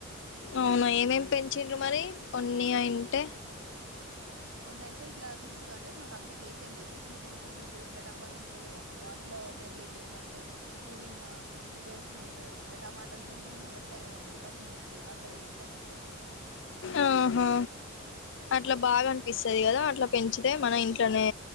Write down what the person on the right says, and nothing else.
కొన్ని అంటే ఇట్లా సింపుల్గా అంటే మాకు అంత ప్లేస్ ఏం లేదు ఇట్లా చిన్న చిన్న కుండీలు ఇట్లా డబ్బాలు ఉంటాయి కదండి వాటిలో పెరిగేటివి ఏమంటే పుదీనా కోతిమీరు ఇట్లా టమాట చిన్న చిన్నవి వస్తాయి కదా అండీ పచ్చిమిర్చి అట్లా పెడతామండి